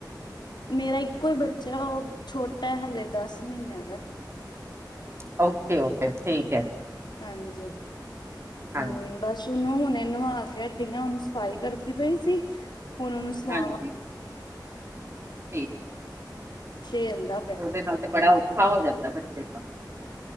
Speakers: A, on the left; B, on the right.
A: ਮੇਰਾ ਇੱਕੋ ਈ ਬੱਚਾ ਓ ਛੋਟਾ ਐ, ਹਾਲੇ ਦਾੱਸ ਮ੍ਹੀਨੇਆਂ ਦਾ।
B: ਓਕੇ-ਓਕੇ ਠੀਕ ਐ।
A: ਹਾਂਜੀ, ਹੂੰ,
B: ਹਾਂਜੀ।
A: ਬਾਸ। <unintelligible> ਓਨੂੰ ਹੁਨੇ ਨਵਾ ਕੇ ਹਟੀ ਆਂ, ਓਨੂੰ ਸਫ਼ਾਈ ਕਰਦੀ ਪਈ ਸੀ ਹੁਨ ਓਨੂੰ ਸਵਾਵਾਂ।
B: ਹਾਂਜੀ ਠੀਕ।
A: ਛੇ ਹੁੰਦਾ।
B: ਓਦੇ ਨਾਲ ਤੇ ਬੜਾ ਓਖਾ ਹੋ ਜਾਂਦੈ ਬੱਚੇ ਦਾ।